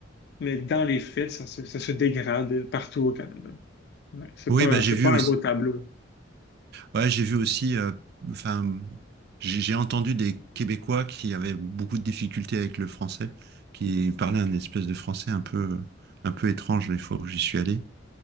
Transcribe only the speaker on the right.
Oui,
bah, j'ai
vu
aussi.
Ouais, j'ai vu aussi. euh, Enfin, j'ai j'ai entendu des Québécois qui avaient beaucoup de difficultés avec le français, qui parlaient un espèce de français un peu, un peu étrange les fois où j'y suis allé.